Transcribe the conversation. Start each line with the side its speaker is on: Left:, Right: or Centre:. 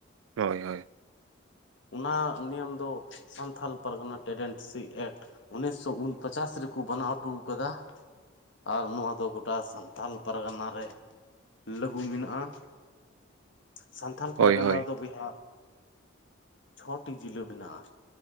Right: ᱦᱳᱭ ᱦᱳᱭ᱾
Left: ᱚᱱᱟ ᱱᱤᱭᱚᱢ ᱫᱚ ᱥᱟᱱᱛᱷᱟᱞ ᱯᱟᱨᱜᱟᱱᱟ ᱴᱮᱰᱮᱱᱥᱤ ᱮᱠᱴ᱾ ᱩᱱᱤᱥᱚ ᱩᱱᱯᱚᱪᱟᱥ ᱨᱮᱠᱚ ᱵᱮᱱᱟᱣ ᱴᱩ ᱠᱟᱫᱟ᱾ ᱟᱨ ᱱᱚᱣᱟ ᱫᱚ ᱜᱚᱴᱟ ᱥᱟᱱᱛᱟᱞ ᱯᱟᱨᱜᱟᱱᱟ ᱨᱮ ᱞᱟᱹᱜᱩ ᱢᱮᱱᱟᱜᱼᱟ᱾ ᱥᱟᱱᱛᱷᱟᱲ ᱯᱟᱨᱜᱟᱱᱟ
Right: ᱦᱳᱭ ᱦᱳᱭ
Left: ᱨᱮᱫᱚ ᱵᱚᱭᱦᱟ, ᱪᱷᱚᱴᱤ ᱡᱤᱞᱟᱹ ᱢᱮᱱᱟᱜᱼᱟ᱾